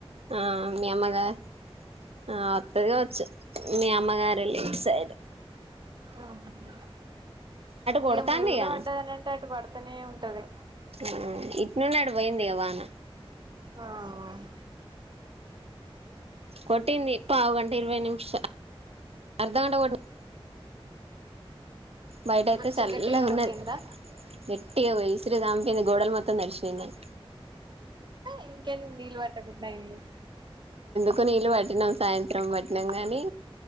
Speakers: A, on the right (about 80°); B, on the right (about 50°).
A: ఆహ్ మీ అమ్మగాదు ఆహ్ వత్తది కావచ్చు. మీ అమ్మగారేలే సరే.
B: ఉమ్
A: కొడతాందిగా
B: ఇక ములుగులో పడ్డదనింటే అటు పడుతనే ఉంటది.
A: ఆహ్ ఇట్ నున్నాడు అటు పోయింది కదా వాన.
B: ఆహ్.
A: కొటింది పావు గంట ఇరవై నిమిషాలు అర్ధగంట కొట్టింది. బయట అయితే
B: మంచి
A: చల్ల
B: గట్టిగానే
A: ఉన్నది
B: కొట్టిందా
A: గట్టిగా పొయి ఇసురు దాం. గోడల మొత్తం తడిసినవి నావి.
B: ఇంకేం నీళ్ళు పెట్టకుండా అయ్యింది.
A: కొన్ని నీళ్ళు పట్టినాం సాయంత్రం పట్టినాం గానీ.